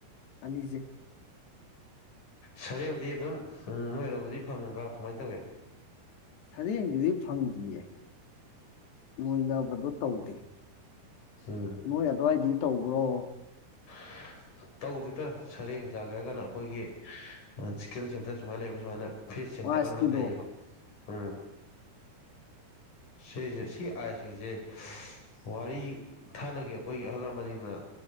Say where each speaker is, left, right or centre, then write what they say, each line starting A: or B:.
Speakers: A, on the left (about 85°); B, on the left (about 50°).
A: ꯑꯅꯤꯁꯦ
B: ꯁꯔꯦꯡꯗꯤ ꯑꯗꯨꯝ ꯅꯣꯏꯔꯣꯝꯗꯗꯤ ꯐꯪꯕ꯭ꯔꯥ ꯀꯃꯥꯏꯅ ꯇꯧꯒꯦ
A: ꯁꯔꯦꯡꯗꯨꯗꯤ ꯐꯪꯗ꯭ꯔꯤꯌꯦ ꯂꯣꯏꯅꯕꯗꯣ ꯇꯧꯗꯦ
B: ꯎꯝ
A: ꯅꯣꯏ ꯑꯗꯨꯋꯥꯏꯗꯤ ꯇꯧꯕ꯭ꯔꯣ
B: <inaudible> ꯇꯧꯗꯨꯗ ꯁꯔꯦꯡ ꯆꯥꯒꯦ ꯍꯥꯏꯔ ꯀꯥꯟꯅ ꯑꯩꯈꯣꯏꯒꯤ ꯆꯤꯛꯀꯦꯟ ꯁꯦꯟꯇꯔ ꯁꯨꯃꯥꯏꯅ ꯂꯩꯕ ꯁꯨꯃꯥꯏꯅ ꯐꯤꯁ ꯁꯦꯟꯇꯔꯅ
A: ꯑꯥꯏꯁꯀꯤꯗꯣ
B: ꯂꯩꯌꯦꯕ ꯎꯝ ꯁꯤꯁ ꯁꯤ ꯑꯁꯤꯖꯦ ꯋꯥꯔꯤ ꯊꯥꯅꯒꯦ ꯑꯩꯈꯣꯏꯒꯤ ꯑꯍꯜ ꯂꯃꯟꯁꯤꯡꯅ